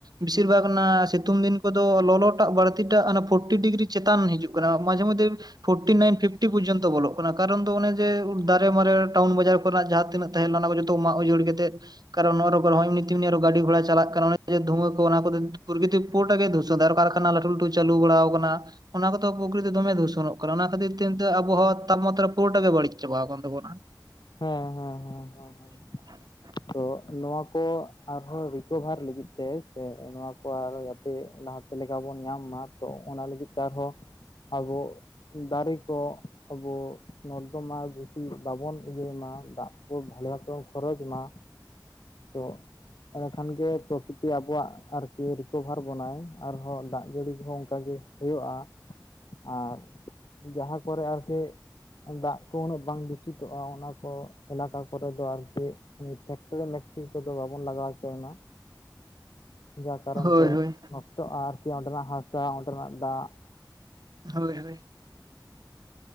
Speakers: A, on the right; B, on the left.
A: ᱵᱮᱥᱤᱨ ᱵᱷᱟᱜ ᱚᱱᱟ ᱥᱤᱛᱩᱝ ᱫᱤᱱ ᱠᱚᱫᱚ ᱞᱚᱞᱚᱴᱟᱜ ᱵᱟᱹᱲᱛᱤᱴᱟᱜ ᱯᱷᱳᱨᱴᱤ ᱰᱤᱜᱽᱨᱤ ᱪᱮᱛᱟᱱ ᱦᱤᱡᱩᱜ ᱠᱟᱱᱟ, ᱢᱟᱡᱷᱮ ᱢᱳᱫᱷᱮ ᱯᱷᱳᱨᱴᱤ ᱱᱟᱭᱤᱱ ᱯᱷᱤᱯᱴᱤ ᱯᱚᱨᱡᱚᱱᱛᱚ ᱵᱚᱞᱚᱜ ᱠᱟᱱᱟ ᱠᱟᱨᱚᱱ ᱫᱚ ᱚᱱᱮ ᱡᱮ ᱫᱟᱨᱮ ᱢᱟᱨᱮ ᱴᱟᱣᱩᱱ ᱵᱟᱡᱟᱨ ᱠᱚᱨᱮᱱᱟᱜ ᱡᱟᱦᱟᱸ ᱛᱤᱱᱟᱹᱜ ᱛᱟᱦᱮᱸ ᱞᱮᱱᱟ ᱚᱱᱟ ᱠᱚ ᱡᱚᱛᱚ ᱢᱟᱜ ᱩᱡᱟᱹᱲ ᱠᱟᱛᱮ ᱠᱟᱨᱚᱱ ᱱᱚᱣᱟ ᱨᱳᱵᱵᱟᱨ ᱦᱚᱭ ᱱᱤᱛᱤᱢ ᱟᱨ ᱜᱟᱹᱰᱤ ᱜᱷᱚᱲᱟ ᱪᱟᱞᱟᱜ ᱠᱟᱱᱟ ᱚᱱᱮ ᱡᱮ ᱫᱷᱩᱣᱟᱹ ᱠᱚ ᱚᱱᱟ ᱠᱚᱫᱚ ᱯᱩᱨᱜᱤᱛᱤᱠ ᱯᱩᱨᱴᱟ ᱜᱮ ᱫᱷᱩᱥᱚᱫᱟ ᱟᱨ ᱠᱟᱨᱠᱷᱟᱱᱟ ᱞᱟᱹᱴᱩ ᱞᱟᱹᱴᱩ ᱪᱟᱞᱩ ᱵᱟᱲᱟᱣ ᱟᱠᱟᱱᱟ, ᱚᱱᱟ ᱠᱚᱫᱚ ᱯᱚᱠᱨᱤᱛᱤ ᱫᱚᱢᱮ ᱫᱷᱩᱥᱚᱱᱚᱜ ᱠᱟᱱᱟ, ᱚᱱᱟ ᱠᱷᱟᱹᱛᱤᱨ ᱛᱮ ᱮᱱᱛᱮ ᱟᱵᱚᱦᱚᱸ ᱛᱟᱯᱢᱟᱛᱨᱟ ᱯᱩᱨᱟᱹᱴᱟ ᱜᱮ ᱵᱟᱹᱲᱤᱡ ᱪᱟᱵᱟ ᱟᱠᱟᱱ ᱛᱟᱵᱚᱱᱟ᱾
B: ᱦᱮᱸ᱾ ᱦᱮᱸ ᱦᱮᱸ
A: <unintelligible>
B: ᱦᱮᱸ ᱦᱮᱸ ᱦᱮᱸ ᱛᱚ ᱱᱚᱣᱟ ᱠᱚ ᱟᱨᱦᱚᱸ ᱨᱤᱠᱳᱵᱷᱟᱨ ᱞᱟᱹᱜᱤᱫ ᱛᱮ ᱥᱮ ᱱᱚᱣᱟ ᱠᱚ ᱟᱨᱚ ᱡᱟᱛᱮ ᱞᱟᱦᱟᱛᱮ ᱞᱮᱠᱟ ᱵᱚᱱ ᱧᱟᱢ ᱢᱟ᱾ ᱛᱚ ᱚᱱᱟ ᱞᱟᱹᱜᱤᱫ ᱛᱮ ᱟᱨᱦᱚᱸ ᱟᱵᱚ ᱫᱟᱨᱮ ᱠᱚ ᱟᱵᱚ ᱱᱚᱨᱫᱚᱢᱟ ᱵᱮᱥᱤ ᱵᱟᱵᱚᱱ ᱤᱭᱟᱹᱭ ᱢᱟ᱾ ᱫᱟᱜ ᱠᱚ ᱵᱷᱟᱞᱮ ᱵᱷᱟᱵ ᱛᱮᱵᱚᱱ ᱠᱷᱚᱨᱚᱪ ᱢᱟ, ᱛᱚ ᱮᱸᱰᱮᱠᱷᱟᱱᱜᱮ ᱯᱨᱚᱠᱤᱛᱤ ᱟᱵᱚᱣᱟᱜ ᱟᱨᱠᱤ ᱨᱤᱠᱳᱵᱷᱟᱨ ᱵᱚᱱᱟᱭ ᱟᱨᱦᱚᱸ ᱫᱟᱜ ᱡᱟᱹᱲᱤ ᱠᱚᱦᱚᱸ ᱚᱱᱠᱟ ᱜᱮ ᱦᱩᱭᱩᱜᱼᱟ ᱟᱨ ᱡᱟᱦᱟᱸ ᱠᱚᱨᱮ ᱟᱨᱠᱤ ᱫᱟᱜ ᱠᱚ ᱩᱱᱟᱹᱜ ᱵᱟᱝ ᱫᱩᱥᱤᱛᱚᱜᱼᱟ ᱚᱱᱟ ᱠᱚ ᱮᱞᱟᱠᱟ ᱠᱚᱨᱮ ᱫᱚ ᱟᱨᱠᱤ᱾ ᱚᱱᱮ ᱯᱷᱮᱠᱴᱨᱤ ᱢᱮᱠᱴᱨᱤ ᱠᱚᱫᱚ ᱵᱟᱵᱚᱱ ᱞᱟᱜᱟᱣ ᱦᱚᱪᱚᱭ ᱢᱟ᱾ ᱡᱟ ᱠᱟᱨᱚᱱ
A: ᱦᱳᱭ
B: ᱛᱮ
A: ᱦᱳᱭ
B: ᱱᱚᱥᱴᱚᱜᱼᱟ, ᱟᱨᱠᱤ ᱚᱸᱰᱮᱱᱟᱜ ᱦᱟᱥᱟ, ᱚᱸᱰᱮᱱᱟᱜ ᱫᱟᱜ,
A: ᱦᱳᱭ ᱦᱳᱭ᱾